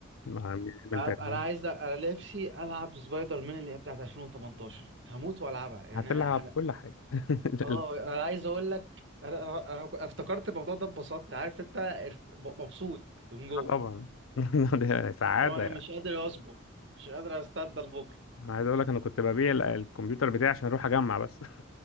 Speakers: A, on the left; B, on the right.
A: ما هنعمل
B: أب- انا
A: تجميع
B: عايز انا نفسي العب سبايدر مان اللي هي بتاعت 2018 هموت والعبها يعني
A: هتلعب
B: انا انا
A: كل حاجة <laughs>
B: اه
A: ال-
B: انا عايز اقول لك انا انا أنا كو- افتكرت الموضوع ده اتبسطت عارف انت ارت- ب- مبسوط من جوه
A: طبعا <laughs> ده سعادة
B: لو انا
A: يعني
B: مش قادر اصبر مش قادر استنى لبكره
A: انا عايز اقول لك انا كنت ببيع ال- الكمبيوتر بتاعي عشان اروح اجمع بس